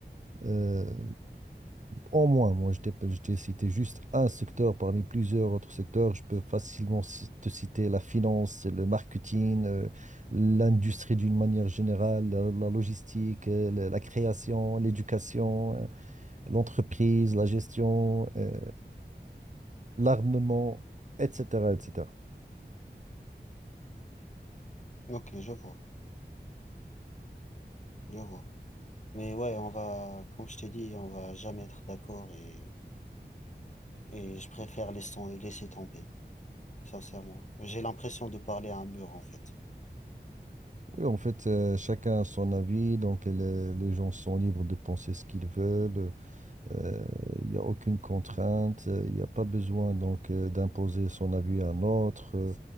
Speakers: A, on the right; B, on the left.
A: Euh, au moins, moi, je t'ai je t'ai cité juste un secteur parmi plusieurs autres secteurs. Je peux facilement ci- te citer la finance, le marketing, euh, l'industrie d'une manière générale, la, la logistique, euh, la, la création, l'éducation, euh, l'entreprise, la gestion. euh, l'armement, etc., etc.
B: Ok, je vois, je vois. Mais ouais, on va, comme je t'ai dit, on va jamais être d'accord et, et je préfère laisser, laisser tomber. sincèrement. J'ai l'impression de parler à un mur, en fait.
A: Oui, en fait, euh, chacun a son avis, donc les, les gens sont libres de penser ce qu'ils veulent. euh, Il n'y a aucune contrainte, euh, il n'y a pas besoin donc euh, d'imposer son avis à un autre. euh,